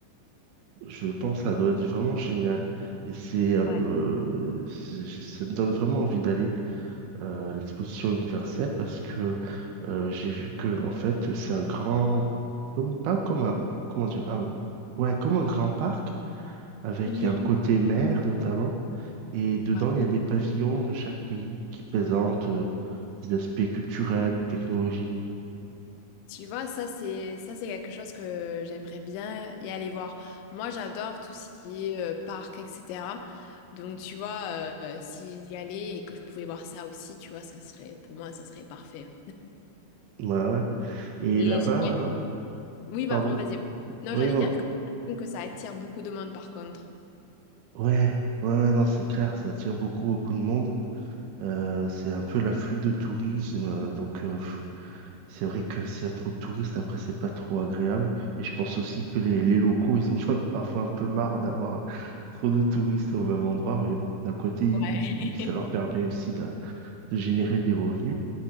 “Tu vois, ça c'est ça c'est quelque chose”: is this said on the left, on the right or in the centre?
Left